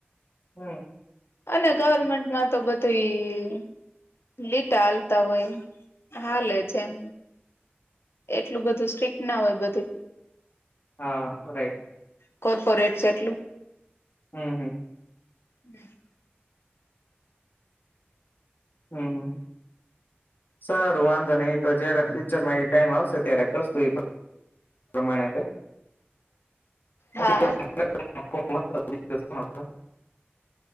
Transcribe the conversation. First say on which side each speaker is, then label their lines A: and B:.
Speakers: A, on the left; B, on the left.
A: હમ્મ
B: અને ગવર્મેન્ટમાં તો બધું એ લીટા હાલતા હોય હાલે જેમ એટલું બધું સ્ટ્રીિક્ટ ના હોય બધે
A: હા રાઇટ
B: કોર્પોરેટ છે એટલું
A: હમ્મ હમ્મ
B: હમ્મ
A: હમ્મ હમ્મ સારું વાંધો નઈ ઈ તો જયારે ફ્યુચરમાં એ ટાઈમ આવશે ત્યારે કરશું એ પ્રમાણે કાંઈક
B: હા
A: <unintelligible>